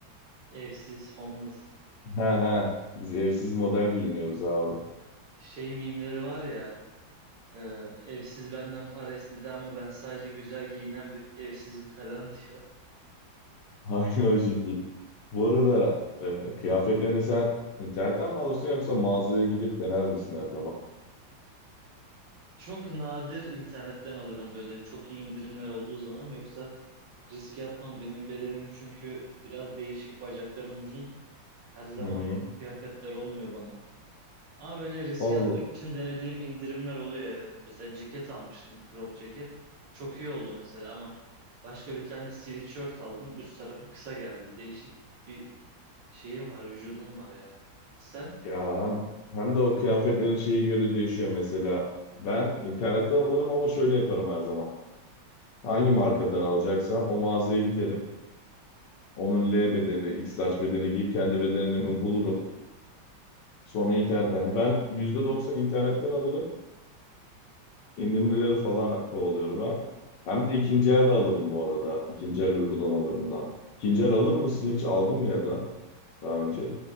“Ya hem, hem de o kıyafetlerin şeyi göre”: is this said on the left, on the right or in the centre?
Left